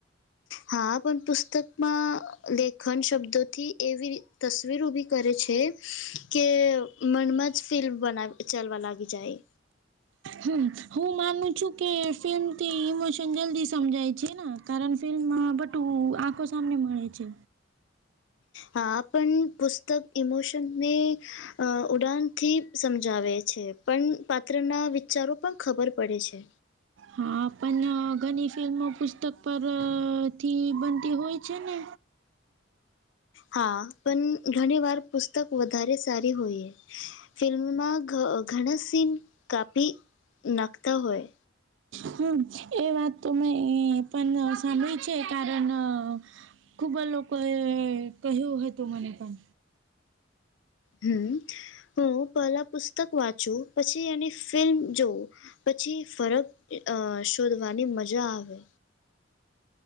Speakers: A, on the left; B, on the right.
A: હા પણ પુસ્તકમાં લેખન શબ્દોથી એવી રી તસવીર ઉભી કરે છે કે મનમજ ફિલ્મ બના ચલાવા લાગી જાય
B: હમ્મ હું માનું છું કે ફિલ્મથી ઇમોશન જલ્દી સમજાય છે ને કારણ ફિલ્મમાં બટું આંખો સામને મળે છે
A: હા આપન પુસ્તક ઇમોશન ને અ ઉડાનથી સમજાવે છે પણ પાત્રના વિચારો પણ ખબર પડે છે
B: હા પણ ઘણી ફિલ્મો પુસ્તક પરથી બનતી હોય છે ને
A: હા પણ ઘણી વાર પુસ્તક વધારે સારી હોઈએ ફિલ્મમાં ઘણા સીન કાપી નાખતા હોય
B: હમ્મ એ વાત તો મેં પણ સાંભળી છે કારણ ખૂબ જ લોકોએ કહ્યું હતું મને પણ
A: હમ હું પહેલા પુસ્તક વાંચું પછી એની ફિલ્મ જોવું પછી ફરક અ શોધવાની મજા આવે